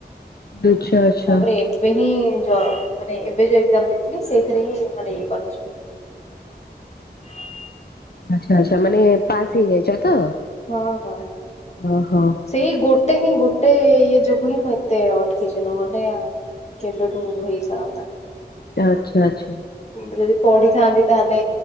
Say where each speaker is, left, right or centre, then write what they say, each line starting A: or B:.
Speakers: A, on the left; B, on the left.
A: ଆଚ୍ଛା ଆଚ୍ଛା
B: ତାପରେ ଏବେ ହିଁ ଯ ମାନେ ଏବେ ଯୋଉ ଏକ୍ଜାମ ଦେଇଥିଲି ସେଇଥିରେ ହିଁ ମାନେ ଇଏ କରୁଛି। ହଁ
A: ଆଚ୍ଛା ଆଚ୍ଛା ମାନେ ପାସ୍ ହେଇଯାଇଛ ତ?
B: ହଁ ହଁ।
A: ଓହୋ।
B: ସେଇ ଗୋଟେ ହିଁ ଗୋଟେ ଇଏ ଯୋଗୁ ହିଁ ମୁଁ ଏତେ ଅଟକିଛି ନହେଲେ ଆଉ କେବେଠୁ ହେଇ ସାରନ୍ତାଣି।
A: ଆଚ୍ଛା ଆଚ୍ଛା।
B: ମୁଁ ଯଦି ପଢିଥାନ୍ତି ତାହେଲେ